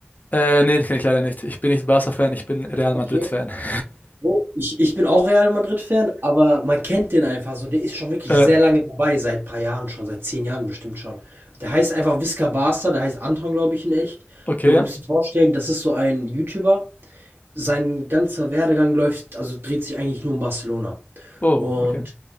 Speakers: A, on the left; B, on the right.
A: äh, nee, das kann ich leider nicht. Ich bin nicht Barca-Fan, ich bin Real
B: Okay.
A: Madrid-Fan. <laughs>
B: So, ich ich bin auch Real Madrid-Fan, aber man kennt den einfach so. Der ist schon wirklich
A: äh,
B: sehr lange dabei, seit ein paar Jahren schon, seit 10 Jahren bestimmt schon. Der heißt einfach Visca Barca, der heißt Anton, glaube ich, in echt.
A: okay,
B: Und du musst dir vorstellen, das ist so ein YouTuber. Sein ganzer Werdegang läuft, also dreht sich eigentlich nur um Barcelona.
A: oh,
B: Und
A: okay.